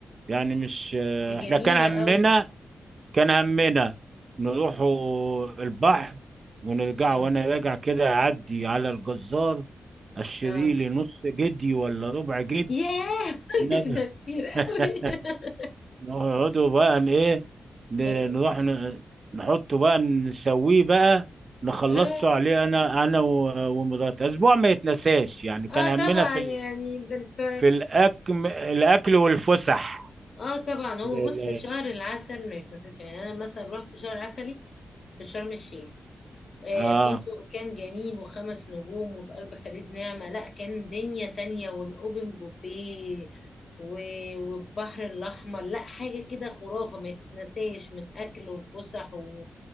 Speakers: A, on the right; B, on the left.
A: يعني مش
B: دي
A: احنا
B: جميله
A: كان همنا
B: قوي
A: كان همنا نروحوا البحر ونرجع
B: اه
A: وانا راجع كده اعدي على الجزار اشتري
B: اه
A: لي نص جدي ولا ربع جدي
B: ياه <laughs>
A: ونرجع
B: ده كتير قوي
A: <laughs>
B: <laughs>
A: نقعدوا بقى ن- ايه ن-
B: ده-
A: نروح ن- نحطه بقى نسويه بقى نخلصه
B: اه
A: عليه انا انا و- ومراتي اسبوع ما يتنساش يعني كان
B: اه
A: همنا
B: طبعا
A: في
B: يعني ده انت
A: في الأكم... الأكل والفسح
B: اه طبعا هو
A: ل-
B: بص
A: ل-
B: شهر العسل ما يتنسيش يعني انا مثلا رحت شهر عسلي في شرم الشيخ آه،
A: آه
B: فندق كان جميل وخمس نجوم وفي قلب خليج نعمة لا كان دنيا تانية والاوبن بوفيه و- والبحر الاحمر لا حاجة كده خرافة ما يتنساش من اكل وفسح و...